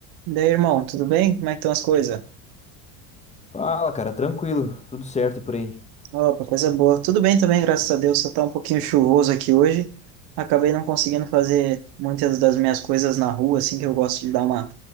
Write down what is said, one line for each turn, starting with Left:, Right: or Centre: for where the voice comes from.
Right: E daí, irmão, tudo bem? Como é que estão as coisas?
Left: Fala, cara, tranquilo, tudo certo e por aí.
Right: Opa, coisa boa. Tudo bem também, graças a Deus. Só tá um pouquinho chuvoso aqui hoje. Acabei não conseguindo fazer muitas das minhas coisas na rua, assim, que eu gosto de dar uma,